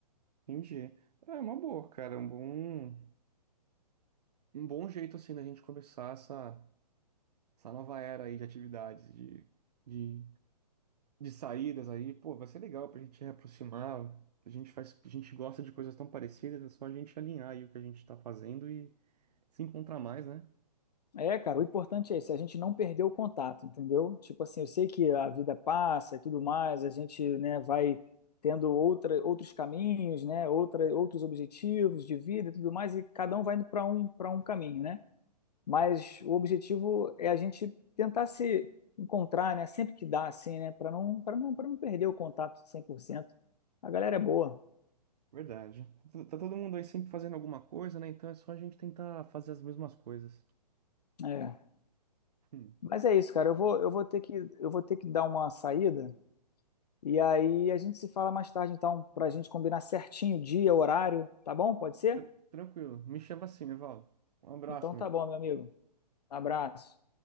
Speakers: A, on the right; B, on the left.
A: Entendi. É uma boa, cara. Um bom, um bom jeito assim da gente começar essa, essa nova era aí de atividades, de, de de saídas aí, pô, vai ser legal pra gente reaproximar. A gente faz, a gente gosta de coisas tão parecidas, é só a gente alinhar aí o que a gente tá fazendo e se encontrar mais, né?
B: É, cara, o importante é isso, a gente não perder o contato, entendeu? Tipo assim, eu sei que a vida passa e tudo mais, a gente, né, vai tendo outra, outros caminhos, né, outra, outros objetivos de vida e tudo mais, e cada um vai indo para um, para um caminho, né? Mas o objetivo é a gente tentar se encontrar, né? Sempre que dá, assim, né? Para não, para não, para não perder o contato cem por cento A galera é boa.
A: Verdade. Tá tá todo mundo aí sempre fazendo alguma coisa, né? Então é só a gente tentar fazer as mesmas coisas.
B: É.
A: Hum.
B: Mas é isso, cara. Eu vou, eu vou ter que, eu vou ter que dar uma saída. E aí a gente se fala mais tarde, então, para a gente combinar certinho o dia, horário, tá bom? Pode ser?
A: Tran- Tranquilo. Me chama assim, Evaldo. Um abraço,
B: Então tá
A: amigo.
B: bom, meu amigo. Abraço.